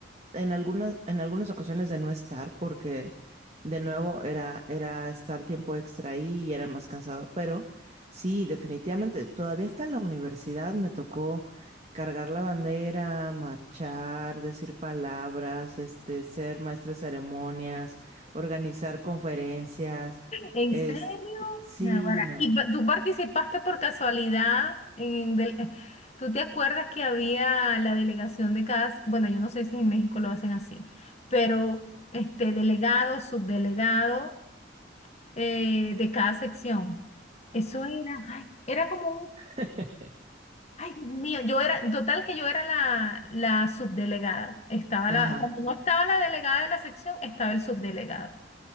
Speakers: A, on the right; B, on the left.
A: en algunas, en algunas ocasiones de no estar, porque de nuevo era, era estar tiempo extra ahí y era más cansado. Pero sí, definitivamente, todavía hasta en la universidad me tocó cargar la bandera, marchar, decir palabras, este, ser maestra de ceremonias, organizar conferencias.
B: ¿En
A: Este,
B: serio?
A: sí,
B: Naguará.
A: no.
B: ¿Y pa- tú participaste por casualidad en del- eh, ¿Tú te acuerdas que había la delegación de cada, s- bueno, yo no sé si en México lo hacen así, pero este delegado, subdelegado eh, de cada sección? Eso era, ay, era como un,
A: <laughs>
B: ay, Dios mío, yo era, total que yo era la, la subdelegada. Estaba
A: Ajá,
B: la, cuando no estaba la delegada de la sección, estaba el subdelegado.